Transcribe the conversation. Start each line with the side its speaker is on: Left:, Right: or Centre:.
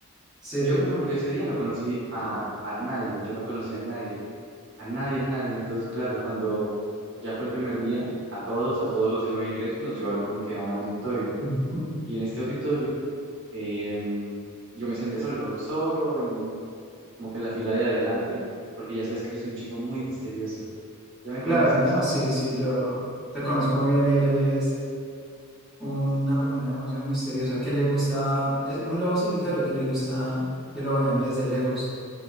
Centre: Sí.
Right: Yo como no fui ese día, no conocí a, a nadie, yo no conocí a nadie, a nadie, a nadie. Entonces, claro, cuando ya fue el primer día, a todos, a todos los de nuevo ingreso, nos llevaron como que a un auditorio.
Centre: <laughs>
Right: Y en este auditorio em, yo me senté solo, solo en como que la fila de adelante, porque ya sabes que yo soy un chico muy misterioso. Ya me
Centre: Claro,
Right: conoces.
Centre: no, sí, sí, yo te conozco muy bien y eres una persona demasiado misteriosa que le gusta, es un lobo solitario que le gusta que lo vean desde lejos,